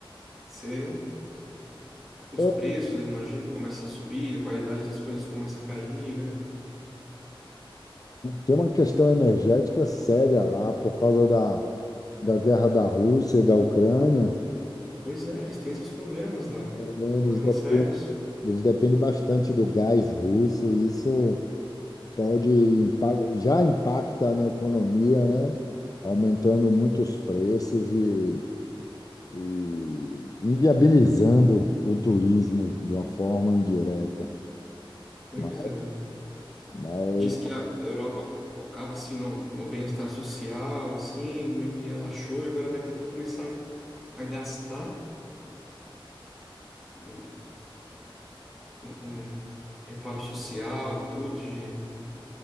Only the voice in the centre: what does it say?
Você... Os
preços, eu imagino, começam a subir, a qualidade das coisas começa a cair, né?
Pois é, eles têm seus problemas lá, né?
Problemas
sérios.
Pois
é.
Diz que a Europa focava assim no, no bem-estar social, assim, meio que relaxou, e agora vai ter que começar a gastar um, um- um reparo social e tudo, de,